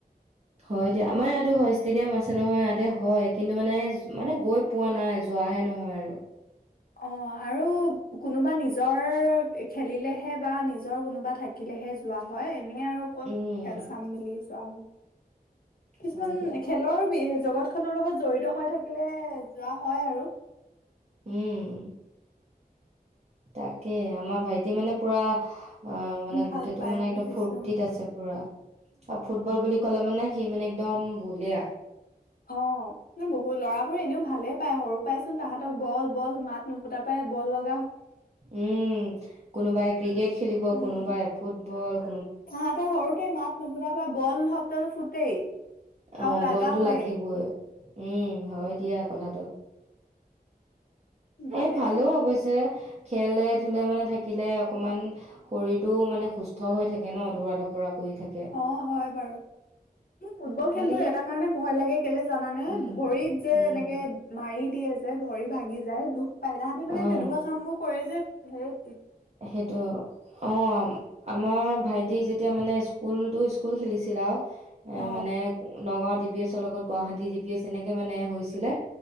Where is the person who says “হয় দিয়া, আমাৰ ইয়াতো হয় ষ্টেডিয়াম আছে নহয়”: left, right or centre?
Right